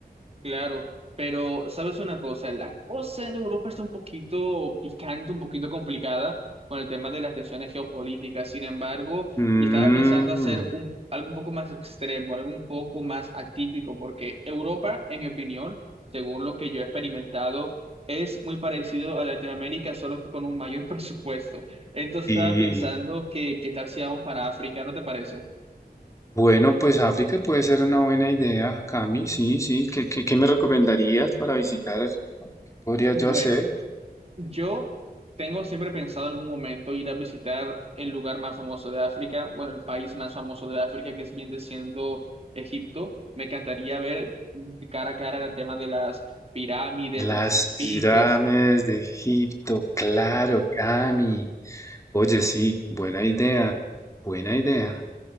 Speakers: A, on the right (about 35°); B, on the left (about 20°).
A: Claro, pero sabes una cosa, la cosa en Europa está un poquito picante, un poquito complicada con el tema de las tensiones geopolíticas. Sin embargo,
B: Mmm,
A: yo estaba pensando hacer un, algo un poco más extremo, algo un poco más atípico, porque Europa, en mi opinión, según lo que yo he experimentado, es muy parecido a Latinoamérica, solo que con un mayor <laughs> presupuesto. Entonces
B: sí.
A: estaba pensando que qué tal si vamos para África, ¿no te parece?
B: Bueno, pues África puede ser una buena idea, Cami. Sí, sí. ¿Qué, qué, qué me recomendarías para visitar? ¿Qué podría yo
A: Bueno.
B: hacer?
A: Yo tengo siempre pensado en algún momento ir a visitar el lugar más famoso de África, bueno, el país más famoso de África, que es bien siendo Egipto. Me encantaría ver cara a cara el tema de las pirámides,
B: Las
A: de las esfinges.
B: pirámides de Egipto, claro, Cami. Oye, sí, buena idea, buena idea.